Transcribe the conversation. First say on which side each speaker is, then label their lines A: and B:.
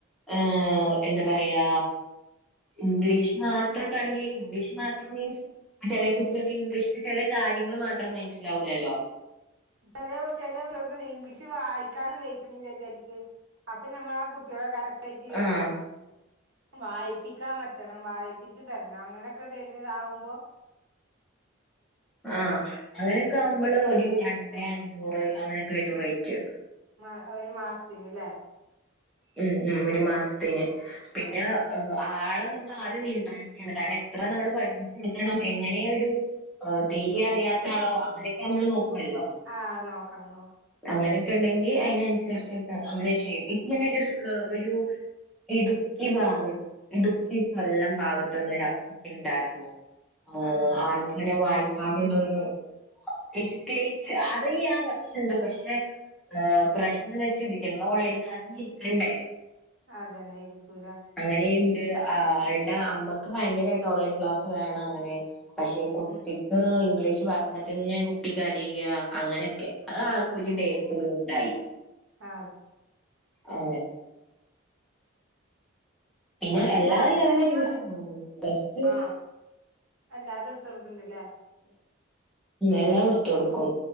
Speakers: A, in the centre; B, on the right.
A: ഏഹ് എന്താ പറയാ ഇംഗ്ലീഷ് മാത്രകാണങ്കി ഇംഗ്ലീഷ് മാത്രം മീൻസ് ചെല കുട്ട്യാൾക്ക് ഇംഗ്ലീഷില് ചെല കാര്യങ്ങൾ മാത്രം മനസ്സിലാവൂലല്ലോ
B: ചെല ചെല കുട്ട്യോൾക്കെന്നെ ഇംഗ്ലീഷ് വായിക്കാൻ വ ചാരിക്ക് അപ്പൊ ഞമ്മള് ആ കുട്ടികളെ കറക്റ്റായിട്ട്
A: ആഹ്
B: വായിപ്പിക്കാൻ പറ്റണം വായിപിച്ച് തരണം അങ്ങനെയൊക്കെ തരു ആവുമ്പോ
A: ആഹ് അങ്ങനെയൊക്കെ ആവുമ്പള് ഒരു രണ്ടേ അഞ്ഞൂറ് അങ്ങനൊക്കെ വരും റേറ്റ്
B: മാ ഒരു മാസത്തിന് ല്ലേ
A: മ് മ് ഒരു മാസത്തിന് പിന്നെ
B: അങ്ങനെ
A: ആളെ നമ്മൾ ആദ്യം നീണ്ടാണ് കാരണം എത്ര നമ്മള് പഠിപ്പിച്ചൊടുക്കണം എങ്ങനെയൊരു തീരി അറിയാത്ത ആളോ അങ്ങനെയൊക്കെ നമ്മൾ നോക്കുല്ലോ
B: ആഹ് നോക്കണം നോക്കണം
A: അങ്ങനൊക്കെ ഇണ്ടെങ്കി അയിന് അനുസരിച്ചിട്ട് അങ്ങനെ ചെയ്യും ഇങ്ക് ഒരു ഒരു ഇടുക്കി ഭാഗം ഇടുക്കി കൊല്ലം ഭാഗത്തൊന്ന് ര ഇണ്ടാർന്നു ആ
B: അതെ
A: ആൾക്ക്ങ്ങനെ വായ്ക്കാൻത് ഒന്നും എഡ്യൂക്കേറ്റ് അറിയാ ണ്ട് പക്ഷെ പ്രശ്നം എന്താച്ച ഇതിറ്റങ്ങൾ ഓൺലൈൻ ക്ലാസ്സിന് ഇരിക്കണ്ടേ
B: അതന്നെ ആയിരിക്കൂലേ
A: അങ്ങനീണ്ട് ആ ആളുടെ അമ്മക്ക് ഭയങ്കരായിട്ട് ഓൺലൈൻ ക്ലാസ് വേണം അങ്ങനെ പക്ഷെ കുട്ടിക്ക്
B: ഉം
A: ഇംഗ്ലീഷ് പറയുമ്പോത്തന്നെ കുട്ടിക്കരയാ അങ്ങനെ ആ ആകെ
B: അങ്ങനെ
A: പി ഡേറ്റളും ഇണ്ടായി
B: ആ
A: ഏ
B: അതെ
A: പിന്നെ
B: എന്താ
A: എല്ലാ
B: അക്ഷരങ്ങള്
A: ലെവലും ട്യൂഷനും പ്ലസ് ടു
B: ആ അല്ലാതെ ഇട്ത്ത് കൊടുക്ക്ണ്ട്ല്ലേ
A: എല്ലാ കൊടുത്തോടുക്കും